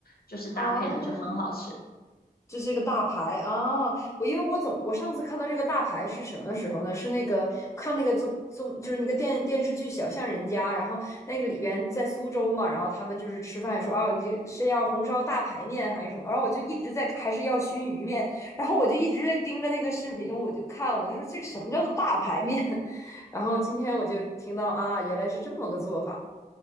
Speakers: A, on the left; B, on the left.
A: 就是搭配的就很好吃。
B: 啊，哦这是一个大牌啊！我因为我总我上次看到这个大牌是什么时候呢？是那个看那个综综就是那个电电视剧《小巷人家》，然后那个里边在苏州嘛，然后他们就是吃饭说啊，你这是要红烧大排面还是什么？然后我就一直在还是要熏鱼面，然后我就一直盯着那个视频，我就看，我就说这个什么叫做大排面？<laughs> 然后今天我就听到啊，原来是这么个做法。